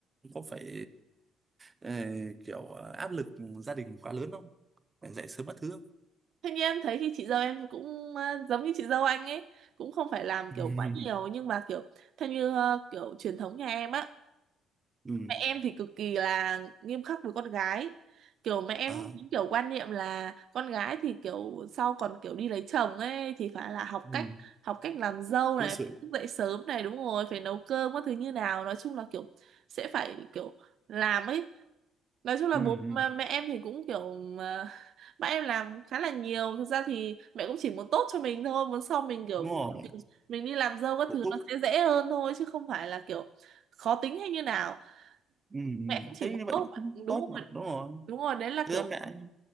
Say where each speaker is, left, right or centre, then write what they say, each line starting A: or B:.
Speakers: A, on the right; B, on the right.
A: có phải ờ, kiểu áp lực gia đình quá lớn không phải dậy sớm mất thứ không
B: Thế nhưng em thấy thì chị dâu em cũng ờ, giống như chị dâu anh ấy cũng không phải làm
A: <laughs> ừ
B: kiểu quá nhiều nhưng mà kiểu theo như ờ, kiểu truyền thống nhà em á
A: ừ
B: mẹ em thì cực kỳ là nghiêm khắc với con gái kiểu mẹ em
A: à
B: những kiểu quan niệm là con gái thì kiểu sau còn kiểu đi lấy chồng ấy thì phải là học
A: ừ
B: cách học cách làm dâu này
A: đối xử
B: phải thức dậy sớm này đúng rồi phải nấu cơm các thứ như nào nói chung là kiểu sẽ phải kiểu làm ấy nói chung là
A: ừ
B: bố
A: ừ
B: mà mẹ em thì cũng kiểu mà, <laughs> mẹ em làm khá là nhiều thực ra thì mẹ cũng chỉ muốn tốt cho mình thôi muốn sau mình kiểu
A: đúng rồi
B: mình, mình đi làm dâu các
A: hạnh
B: thứ
A: phúc
B: nó sẽ dễ hơn thôi chứ không phải là kiểu khó tính hay như nào
A: ừ ừ.
B: mẹ cũng chỉ
A: thấy
B: muốn
A: như vậy
B: tốt mà-
A: cũng
B: đúng
A: tốt
B: rồi
A: mà đúng rồi
B: đúng rồi đấy là
A: thứ
B: kiểu
A: mẹ